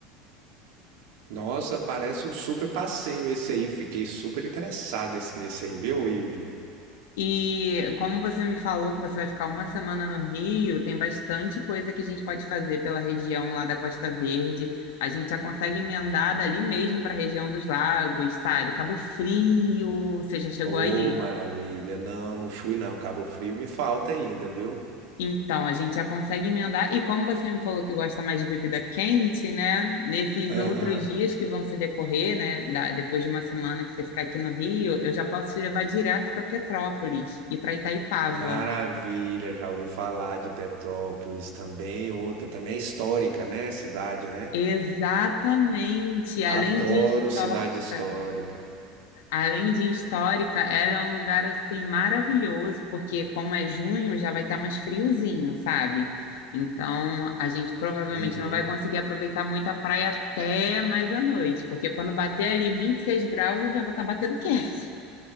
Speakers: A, on the right; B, on the left.
A: Nossa, parece um super passeio esse aí. Fiquei super interessado esse- nesse aí, viu, Ive?
B: E como você me falou que você vai ficar uma semana no Rio, tem bastante coisa que a gente pode fazer pela região lá da Costa Verde. A gente já consegue emendar dali mesmo para a região dos lagos, sabe? Cabo Frio, você já chegou
A: Ô,
B: aí?
A: maravilha. Não, não fui não. Cabo Frio me falta ainda, viu?
B: Então, a gente já consegue emendar. E como você me falou que gosta mais de bebida quente, né? Nesses
A: Aham.
B: outros dias que vão se decorrer, né? da- depois de uma semana que você ficar aqui no Rio, eu já posso te levar direto para Petrópolis e para Itaipava.
A: Maravilha, já ouvi falar de Petrópolis também, outra também é histórica, né? Cidade, né?
B: Exatamente. Além
A: Adoro
B: de histórica.
A: cidade histórica.
B: Além de histórica, ela é um lugar assim maravilhoso, porque como é junho, já vai estar mais friozinho, sabe? Então, a gente provavelmente
A: Uhum.
B: não vai conseguir aproveitar muito a praia até mais à noite, porque quando bater ali 26 graus, eu já vou estar batendo <laughs> queixo.